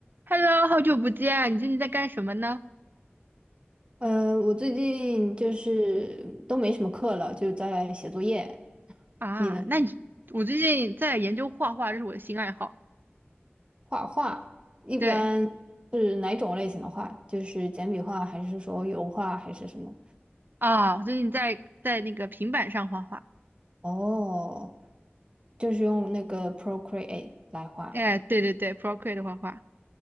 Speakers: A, on the right; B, on the right.
A: Hello，好久不见啊，你最近在干什么呢？
B: 呃，我最近就是都没什么课了，就是在写作业。
A: 啊，
B: 你呢？
A: 那你我最近在研究画画，这是我的新爱好。
B: 画画一般是哪种类型的画？
A: 对
B: 就是简笔画，还是说油画，还是什么？
A: 啊，我最近在在那个平板上画画。
B: 哦，就是用那个 Procreate 来画。
A: 哎，对对对，Procreate 画画。